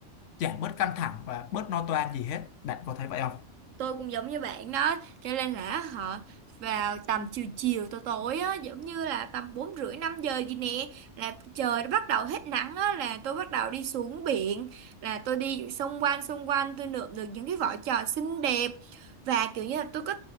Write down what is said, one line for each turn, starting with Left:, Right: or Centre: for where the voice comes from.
Left: giảm bớt căng thẳng và bớt lo toan gì hết. Bạn có thấy vậy không?
Right: tôi cũng giống như bạn đó cho nên là họ vào tầm chiều chiều tối tối á giống như là tầm bốn rưỡi năm giờ gì nè là trời nó bắt đầu hết nắng á là tôi bắt đầu đi xuống biển là tôi đi xung quanh xung quanh tôi lượm được những cái vỏ trò xinh đẹp và kiểu như là tôi có